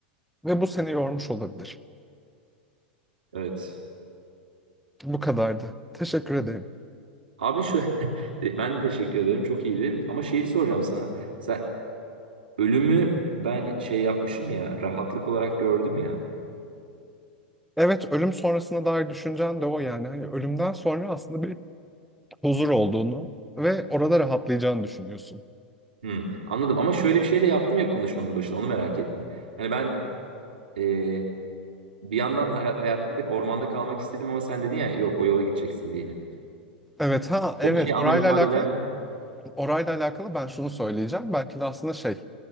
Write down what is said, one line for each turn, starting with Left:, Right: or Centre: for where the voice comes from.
Centre: ve bu seni yormuş olabilir.
Right: Evet.
Centre: Bu kadardı. Teşekkür ederim.
Right: Abi şöyle <laughs> ben teşekkür ederim. Çok iyiydi. Ama şeyi soracağım sana. Sen Ölümü ben şey yapmışım ya, rahatlık olarak gördüm ya.
Centre: Evet, ölüm sonrasına dair düşüncen de o yani. Hani ölümden sonra aslında bir huzur olduğunu ve orada rahatlayacağını düşünüyorsun.
Right: Hmm, anladım ama şöyle bir şey de yaptım ya konuşmanın başına onu merak ettim. Hani ben e, bir yandan hay- hayatta da ormanda kalmak istedim ama sen dedin ya yok o yola gideceksin diye.
Centre: Evet ha evet
Right: O bir şey anlam
Centre: orayla
Right: ifade
Centre: alakalı
Right: eder mi?
Centre: orayla alakalı ben şunu söyleyeceğim. Belki de aslında şey